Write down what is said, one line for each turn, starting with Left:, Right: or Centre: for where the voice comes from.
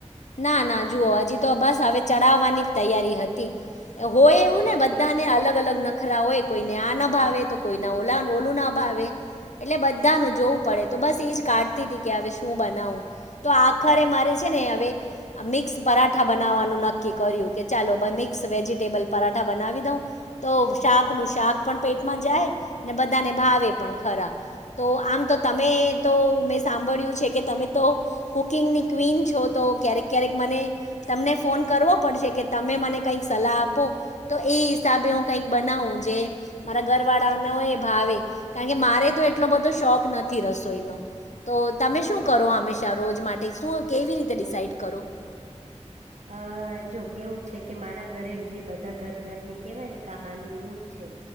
Left: ના ના જુઓ હજી તો બસ હવે ચડાવવાની જ તૈયારી હતી. હોય એવું ને બધાને અલગ અલગ નખરા હોય કોઈને આ ન ભાવે તો કોઈના ઓલા હો બોલું ના ભાવે. એટલે બધાનું જોવું પડે તો બસ એજ કાઢતી હતી કે હવે શું બનાવું તો આખરે મારે છે ને અવે આ મિક્સ પરાઠા બનાવવાનું નક્કી કર્યું કે ચાલો મિક્સ વેજીિટેબલ પરાઠા બનાવી દઉં. તો શાક નું શાક પણ પેટમાં જાય ને બધાને ભાવે પણ ખરા. તો આમ તો તમે તો મેં સાંભળ્યું છે. કે તમે તો કુકિંગની ક્વીિન છો તો ક્યારેક ક્યારેક મને તમને ફોન કરવો પડશે કે તમે મને કંઈક સલાહ આપો તો એ હિસાબે હું કઈક બનાવું જે મારા ઘર વાળા ના હોય એ ભાવે કારણ કે મારે તો એટલો બધો શોખ નથી રસોઈ નો તો તમે શું કરો હંમેશા રોજ માટે શું કેવી રીતે ડિસાઈડ કરો?
Right: અ જો કેવું છે. કે મારા ઘરે જે બધા ઘર ઘરની કેવાય ને કહાની એવું જ છે.